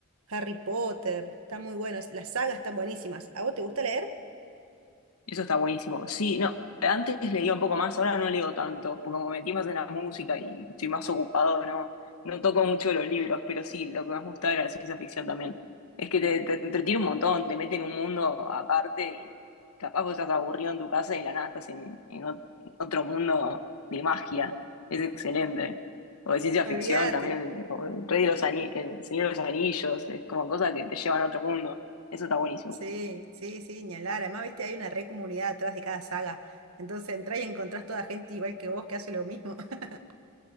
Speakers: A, on the right; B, on the left.
A: Harry Potter, está muy bueno, es- las sagas están buenísimas. ¿A vos te gusta leer?
B: Eso está buenísimo. Sí, no, antes leía un poco más, ahora no leo tanto, porque como me metí más en la música y estoy más ocupado, no, no toco mucho los libros, pero sí, lo que más me gusta era la ciencia ficción también. Es que te, te entretiene un montón, te mete en un mundo aparte y capaz vos estás aburrido en tu casa y de la nada estás en, en ot- en otro mundo de magia. Es excelente. O de ciencia ficción
A: Olvídate.
B: también, el, o el Rey de los Ani- el Señor de los Anillos, es como cosas que te llevan a otro mundo. Eso está buenísimo.
A: Sí, sí, sí, ni hablar. Además, viste, hay una re comunidad atrás de cada saga. Entonces entrás y encontrás toda gente igual que vos que hace lo mismo. <laughs>